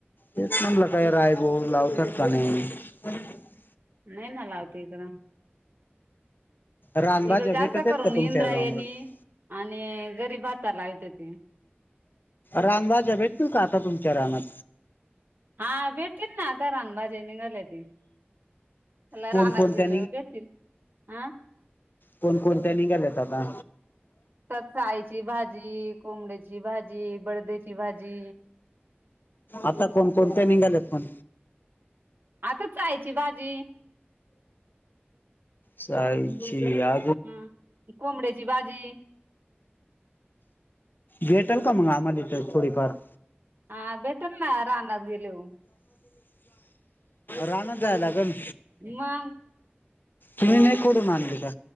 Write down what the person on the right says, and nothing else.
नाय ना लावती इकडं
इकड जास्त
करून
इंद्रायणी
आणि घरी भाता लावत होती.
हा भेटतील ना आता रानं भाज्या निघाल्याती त्याला
रानात गेलं भेटतील हं
चाईची भाजी, कोंबड्याची भाजी, बदड्या ची भाजी
आता चायची भाजी
हा ती कोंबड्याची भाजी
हा भेट ना रानात गेल्याव
मग